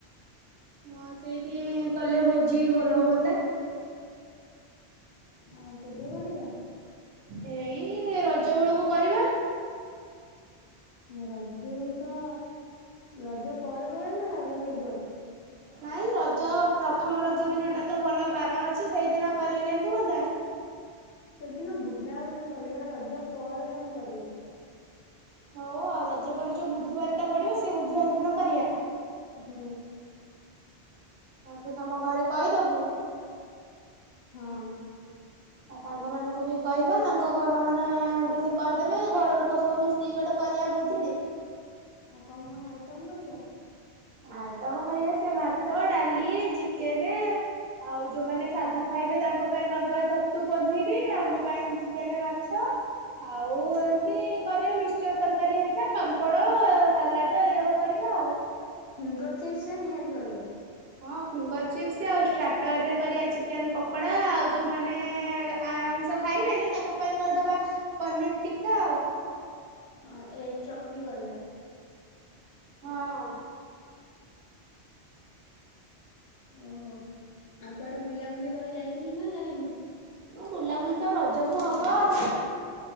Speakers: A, on the right; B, on the left.
A: ହଁ ସେଇଠି କଲେ ଭୋଜି ଭଲ ହୁଅନ୍ତା।
B: ଆଉ କେବେ କରିବା?
A: ଏଇଇଇ ରଜ ବେଳକୁ କରିବା।
B: ରଜୁତ ରଜ ପରେ ପରେ ନା ରଜ ପୂର୍ବରୁ?
A: ନାଇଁ ରଜ ପ୍ରଥମ ରଜ ଦିନଟା ତ ଭଲ ବାର ଅଛି ସେଇଦିନ କଲେ କେମିତି ହୁଅନ୍ତା?
B: ସେଦିନ ବୁଲାବୁଲି କରିବା ରଜ ପରେ ନହେଲେ କରିବା।
A: ହଉ ଆଉ ରଜ ପରେ ଯୋଉ ବୁଧବାରଟା ପଡିବ ସେଇ ବୁଧବାର ଦିନ କରିବା।
B: ହୁଁ।
A: ଆଉ ତୁ ତମ ଘରେ କଇଦବୁ?
B: ହଁ।
A: ଆଉ ସାଙ୍ଗ ମାନଙ୍କୁ ବି କହିବା ତାଙ୍କ ଘର ମାନଅଅ ଙ୍କୁ ସେ କହି ଦେବେ ଘର ଲୋକ ସବୁ ମିଶିକି ଗୋଟେ କରିଆ ଭୋଜିଟେ।
B: ଆଉ କଣ କଣ ଆଇଟମ କରିବା?
A: ଆଇଟମ କରିଆ ସେ ଭାତ ଡାଲି ଚିକେନ ଆଉ ଯୋଉମାନେ ସାଧା ଖାଇବେ ତାଙ୍କ ପାଇଁ କରିଦବା ଛତୁ ପନିର ଆମ ପାଇଁ ଚିକେନ ମାଛ ଆଉ ଏମିତି କରିବା ମିିକ୍ସଚର ତରକାରୀ ହରିକା ପାମ୍ପଡ଼, ସାଲାଡ଼ ଏଇରକ କରିବା ଆଉ।
B: ଫିଙ୍ଗର୍ ଚିପ୍ସଟା ନିହାତି କରିବା।
A: ହଁ ଫିଙ୍ଗର ଚିପ୍ସ୍ ଆଉ ଷ୍ଟ୍ରାର୍ଟରରେ କରିଆ ଚିକେନ୍ ପକୋଡା ଆଉ ଯୋଉମାନେ ଆଇଁଷ ଖାଇବେନି ତାଙ୍କ ପାଇଁ କରିଦବା ପନିର୍ ଟିକା ଆଉ।
B: ହଁ ଏଗ୍ ଚପ୍ ବି କରିବା।
A: ହଁଅଅ।
B: ଓହୋଃ ଆଉ କୁଆଡେ ବୁଲାବୁଲି କରି ଯାଇଥିଲି ନା ଯାଇନୁ?
A: ହଁ ବୁଲାବୁଲି ତ ରଜକୁ ହବ ଆଉ।